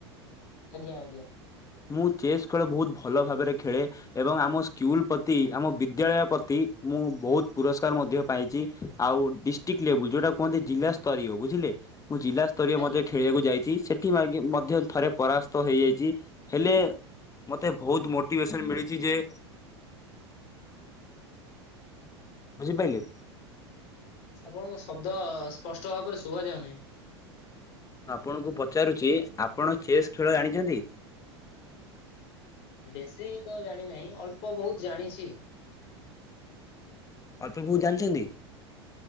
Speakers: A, on the left; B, on the left.
A: ଆଜ୍ଞା ଆଜ୍ଞା।
B: ମୁଁ ଚେସ୍ ଖେଳ ବହୁତ୍ ଭଲ ଭାବରେ ଖେଳେ। ଏବଂ ଆମ ସ୍କୁଲ ପ୍ରତି ଆମ ବିଦ୍ୟାଳୟ ପ୍ରତି ମୁଁ ବହୁତ୍ ପୁରସ୍କାର ମଧ୍ୟ। ପାଇଛି ଆଉ ଡିଷ୍ଟିକ ଲେଭୁଲ୍ ଯୋଉଟା କୁହନ୍ତି ଜିଲ୍ଲା ସ୍ତରୀୟ ବୁଝିଲେ? ମୁଁ ଜି ସ୍ତରୀୟ
A: ଆଜ୍ଞା
B: ମଧ୍ୟ ଖେଳିବାକୁ ଯାଇଛି। ସେଠି ମଧ୍ୟ ଥରେ ପରାସ୍ତ ହେଇଯାଇଛି। ହେଲେ ମତେ ବହୁତ ମୋଟିଭେସନ ମିଳିଛି ଯେ ବୁଝିପାଇଲେ?
A: ଆପଣଙ୍କ ଶବ୍ଦ ସ୍ପଷ୍ଟ ଭାବରେ ଶୁଭା ଯାଉନାହିଁ।
B: ମୁଁ ଆପଣଙ୍କୁ ପଚାରୁଛି ଆପଣ ଚେସ୍ ଖେଳ ଜାଣିଛନ୍ତି?
A: ବେଶୀ ତ ଜାଣିନାହିଁ ଅଳ୍ପ ବହୁତ ଜାଣିଛି।
B: ଅଳ୍ପ ବହୁତ ଜାଣିଛନ୍ତି?